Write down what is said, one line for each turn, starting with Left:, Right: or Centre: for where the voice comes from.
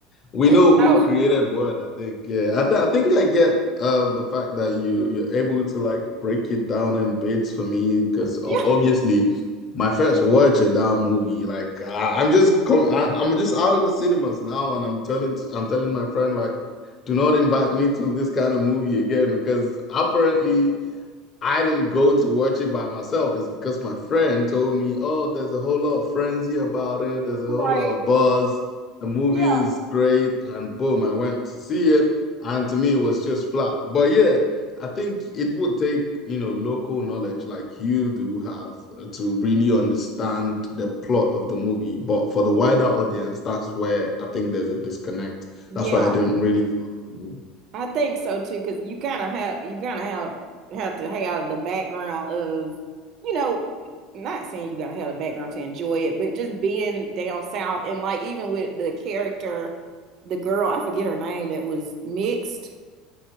Left: we
Right: <laughs> and
Left: know who
Right: so,
Left: created what, I think. Yeah. I, th I think I get uh, the fact that you you're able to like break it down in bits for me because
Right: yeah,
Left: obviously my first watch of that movie like I, I'm just com I, I'm just out of the cinemas now and I'm telling I'm telling my friend like do not invite me to this kind of movie again because apparently I didn't go to watch it by myself. It's because my friend told me, oh, there's a whole lot of frenzy about it. There's a
Right: right,
Left: whole lot of buzz. The movie
Right: yeah,
Left: is great. And boom, I went to see it. And to me, it was just flat. But yeah, I think it would take, you know, local knowledge like you do have to really understand the plot of the movie. But for the wider audience, that's where I think there's a disconnect.
Right: yeah.
Left: That's why I didn't really follow the movie.
Right: I think so too, because you kind of have you kind of have have to have the background of, you know, not saying you got to have a background to enjoy it, but just being down south and like even with the character, the girl I forget her name that was mixed.